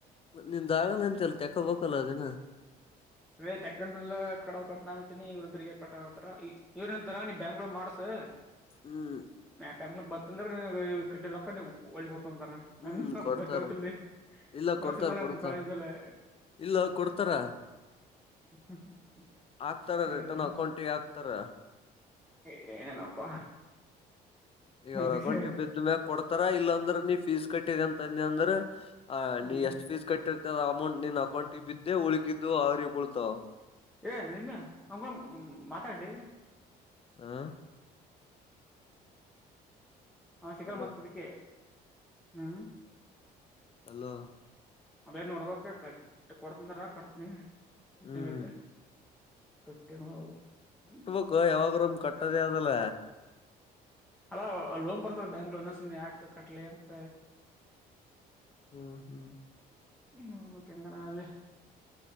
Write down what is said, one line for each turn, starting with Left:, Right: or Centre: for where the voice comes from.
Left: ನಿಂದ್ ಆಗಲ್ಲ ಅಂತೆಲ್ಲ ತೆಕೋಬೇಕಲ್ಲ ಅದೇನ
Centre: ಇ ತೆಕ್ಕಂಡ ಕಡವ ಕಟ್ಟನ ಅಂತೀನಿ ಇವ್ರದಿಗೆ ಕಟ್ಟತಾರ ಇವ್ರ ಅಂತಾರ ನೀ್ ಬ್ಯಾಂಗ್ಳೂರ್ ಮಾಡ್ಸ.
Left: ಹ್ಮ್
Centre: ಯಾಕಅಂದ್ರ್ ಬಂತಂದ್ರ ಕಟ್ಟಿದ ರೊಕ್ಕಾ ನಿಂಗೆ ಹೊಳ್ಳಿ ಕೊಡತೀನಿ ಅಂತರ್
Left: ಹ್ಮ್
Centre: ಅಂದ
Left: ಕೊಡ್ತಾರ
Centre: ಬ ಡೌಟ್ ಇಲ್ಲಿ
Left: ಇಲ್ಲ
Centre: ಬರಸಿಲ್ಲ
Left: ಕೊಡ್ತಾರ
Centre: ನಮ್
Left: ಕೊಡ್ತಾರ
Centre: ಕಾಲೇಜ್ ಮೇಲೆ
Left: ಇಲ್ಲ ಕೊಡ್ತಾರ.
Centre: <inaudible>
Left: ಆಕ್ತಾರ ರಿಟರ್ನ್
Centre: ಎಲ್ಲ
Left: ಅಕೌಂಟಗೆ ಹಕ್ತಾರ..
Centre: ಏನೇನಪ್ಪಾ..
Left: ಈಗ ಅವ್ರ
Centre: ಅದಕ್ಕೆ
Left: ಅಕೌಂಟ್ ಬಿದ ಮ್ಯಾಗ ಕೊಡ್ತಾರ ಇಲ್ಲಾಂದ್ರೆ ನೀ ಫೀಸ್ ಕಟ್ಟಿದ ಅಂತಂದಿ ಅಂದ್ರ ಹ
Centre: ಹ್ಮ್
Left: ನೀ ಎಷ್ಟು ಫೀಸ್ ಕಟ್ಟಿರ್ತ ಅ ಅಮೌಂಟ್ ನಿನ್ ಅಕೌಂಟಿಗೆ ಬಿದ್ದೆ ಉಳಗಿದ್ದು ಅವ್ರಿಗೆ ಬಳ್ತಾವ.
Centre: ಏ ನಿಮ್ಮೆ ಅವ್ನ ಕೂಡ ಮಾತಾಡ್ಲ
Left: ಹಾ
Centre: ಅವ ಸಿಗಲ್ಲ
Left: ಅಲೋ
Centre: ಮತ್ತ ಅದಕ್ಕೆ <inaudible> ಹ್ಮ್
Left: ಹಲೋ
Centre: ಅದೇನ್ ನೋಡ್ಬ ಕಟ್ಟ ಕೊಡ್ತಂದರ ಕಟ್ತನಿ. ಹಟ್ಟ
Left: ಹ್ಮ್
Centre: ಕಟ್ಟಿ ಮಾಡ <unintelligible>
Left: ಅ ಯಾವಾಗ ರೂ ಒಂದ್ ಕಟ್ಟೋದೇ ಅದಲ್ಲ
Centre: ಅಲ್ಲ ಲೋನ್ ಬರ್ತಾದೆ ಬ್ಯಾಂಕ್ ಲೋನ್ ಸುಮ್ಮನೆ ಯಾಕ ಕಟ್ಲಿ ಅಂತ
Left: ಹ್ಮ್ ಹ್ಮ್
Centre: ಹ್ಮ್ ಇವಕ್ ಎಂಗರ ಆಗ್ಲಿ